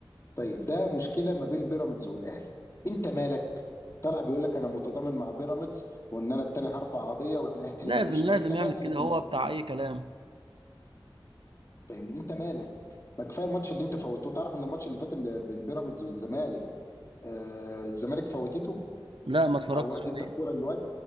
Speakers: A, on the left; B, on the right.
A: طيب ده مشكله ما بين بيراميدز والاهلي انت مالك طلع بيقول لك انا متضامن مع بيراميدز وان انا التاني هرفع قضيه والاهلي
B: لازم
A: ما قالوش طب
B: لازم
A: انت مالك
B: يعمل كده هو
A: انت
B: بتاع اي كلام
A: فاهمني انت مالك ما كفايه الماتش اللي انت فوتته تعرف ان الماتش اللي فات اللي بين بيراميدز والزمالك آه الزمالك فوتته
B: لا ما اتفرجتش
A: عواد
B: عليه
A: ادى الكوره للواد